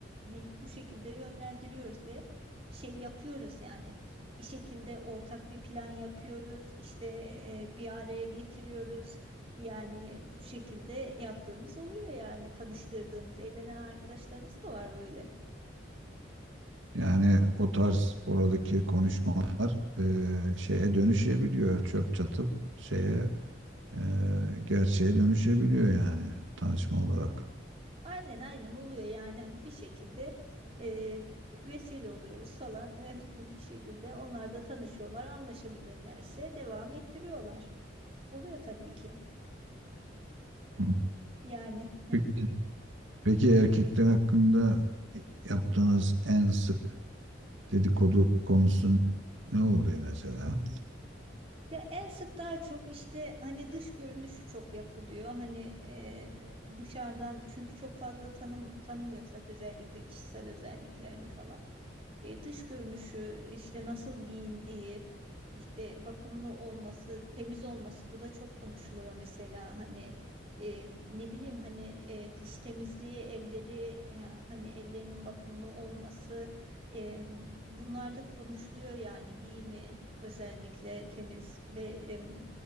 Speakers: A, on the right (about 30°); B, on the right (about 80°).
A: deyip bu şekilde yönlendiriyoruz ve şey yapıyoruz yani bir şekilde ortak bir plan yapıyoruz işte eee, bir araya getiriyoruz. Yani bu şekilde yaptığımız oluyor yani tanıştırdığımız evlenen arkadaşlarımız da var böyle.
B: Yani o tarz oradaki konuşmalar e, şeye dönüşebiliyor. Çöp çatıp şeye e, gerçeğe dönüşebiliyor yani tanışma olarak.
A: Aynen aynen oluyor yani hani bir şekilde e, vesile oluyoruz falan <laughs> E, bir şekilde onlar da tanışıyorlar anlaşabilirlerse devam ettiriyorlar. Oluyor tabii ki
B: Hı.
A: yani.
B: Peki, peki erkekler hakkında yaptığınız en sık dedikodu konusun ne oluyor mesela?
A: Ya en sık daha çok işte hani dış görünüşü çok yapılıyor. Hani e, dışarıdan çünkü çok fazla tanım tanımıyorsak özellikle kişisel özelliklerini falan. E, dış görünüşü işte nasıl giyindiği, işte bakımlı olması, temiz olması bu da çok konuşuluyor mesela hani e, ne bileyim hani e, diş temizliği, elleri e, hani ellerinin bakımlı olması e, bunlar da konuşuluyor yani giyimi özellikle temiz ve em,